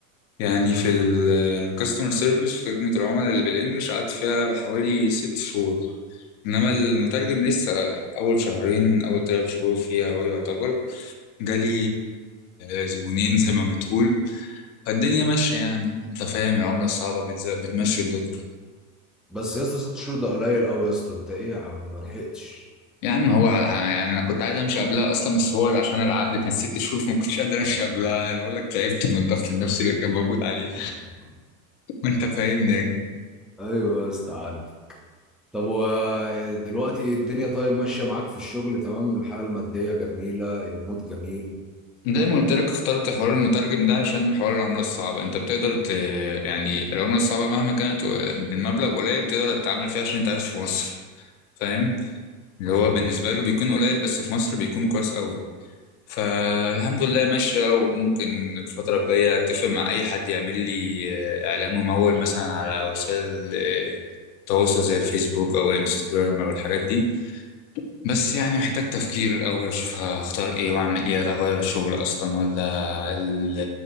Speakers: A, on the left; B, in the centre.
A: يعني في الكاستمر سيرفيس في خدمة العملاء اللي بالإنجلش قعدت فيها حوالي ست شهور إنما المترجم لسه أول شهرين أول تلات شهور فيها هو يعتبر جالي آه، زبونين زي ما بتقول فالدنيا ماشية يعني أنت فاهم العملة الصعبة بتز- بتمشي الدنيا
B: بس يا اسطى ست شهور ده قليل قوي يا اسطى انت ايه يا عم ما لحقتش
A: يا عم هو على- يعني أنا كنت عايز أمشي قبلها أصلا بس هو اللي عشان العقد كان ست شهور فما كنتش قادر أمشي قبلها أنا بقول لك تعبت من الضغط النفسي اللي كان موجود عليه
B: <laughs>
A: <laughs> وأنت فاهمني
B: ايوه يا اسطى عارف طب ودلوقتي الدنيا طيب ماشية معاك في الشغل تمام الحالة المادية جميلة المود جميل
A: زي ما قلت لك اخترت حوار المترجم ده عشان حوار العملة الصعبة انت بتقدر ت... يعني العملة الصعبة مهما كانت و- بالمبلغ قليل بتقدر تتعامل فيها عشان انت عايش في مصر فاهم اللي
B: مظبوط
A: هو بالنسبة له بيكون قليل بس في مصر بيكون كويس قوي فالحمد لله ماشية وممكن الفترة الجاية اتفق مع اي حد يعمل لي آه، اعلان ممول مثلا على وسائل آه، التواصل زي الفيسبوك او الانستجرام او الحاجات دي بس يعني محتاج تفكير الأول أشوف هختار إيه وأعمل إيه هل أغير الشغل أصلا ولا هل